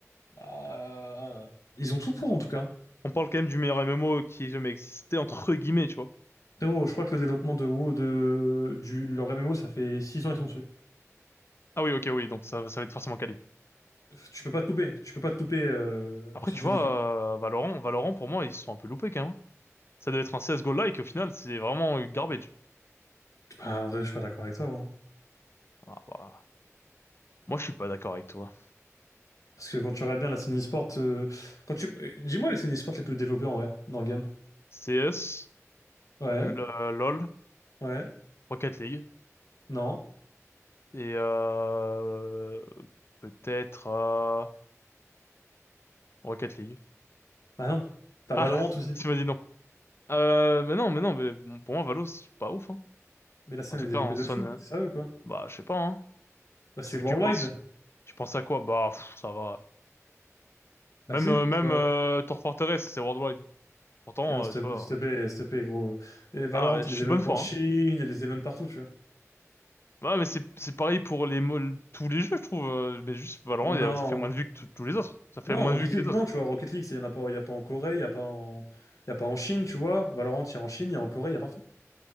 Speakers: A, on the left; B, on the left.
A: Euh, ils ont tout pour, en tout cas.
B: On parle quand même du meilleur MMO qui ait jamais existé entre guillemets, tu vois.
A: Frérot, je crois que le développement de WoW, de, du, leur MMO, ça fait 6 ans, ils sont dessus.
B: Ah oui, ok, oui, donc ça, ça va être forcément quali.
A: Tu peux pas te louper, tu peux pas te louper, euh,
B: Après,
A: surtout
B: tu vois,
A: League.
B: euh, Valorant, Valorant pour moi ils se sont un peu loupés quand même. hein. Ça doit être un CS:GO like au final, c'est vraiment garbage.
A: Bah, en vrai, je suis pas d'accord avec toi, gros.
B: Ah, bah, moi je suis pas d'accord avec toi.
A: Parce que quand tu regardes bien la scène e-sport, euh, quand tu... euh, Dis-moi les scènes e-sport les plus développées, en vrai, dans le game.
B: CS,
A: Ouais,
B: l- euh, LOL,
A: ouais,
B: Rocket League
A: non.
B: et euh, peut-être euh, Rocket League.
A: Bah non, t'as
B: Ah,
A: Valorant
B: <laughs>
A: aussi.
B: tu m'as dit non. Euh, mais non, mais non, mais bon, pour moi Valo c'est pas ouf. Hein.
A: Mais la scène
B: En tout
A: est
B: cas,
A: développée
B: on sonne.
A: de fou,
B: euh,
A: c'est sérieux quoi.
B: Bah, je sais pas. Hein.
A: Bah c'est
B: Tu
A: worldwide.
B: tu penses tu penses à quoi? Bah, pff, ça va. Même
A: Bah si,
B: euh, même
A: ça va.
B: euh, Tour Fortress, c'est worldwide. Pourtant,
A: Mais non, s'il
B: euh, tu vois.
A: te s'il te plaît, s'il te plaît, gros. Et Valorant,
B: Ah, je
A: il
B: suis
A: y a des événements
B: de bonne foi.
A: en Chine,
B: Hein.
A: il y a des événements partout, tu vois.
B: Ouais, mais c'est c'est pareil pour les mo- tous les jeux, je trouve. euh, Mais juste Valorant,
A: Non.
B: il y a- ça fait moins de vues que tous tous les autres. Ça fait
A: Non,
B: moins
A: Rocket
B: de vues que
A: League,
B: les autres.
A: non, tu vois, Rocket League, c'est- il n'y en a pas, il y a pas en Corée, il n'y a pas en, il y a pas en Chine, tu vois. Valorant, il y a en Chine, il y a en Corée, il y a partout.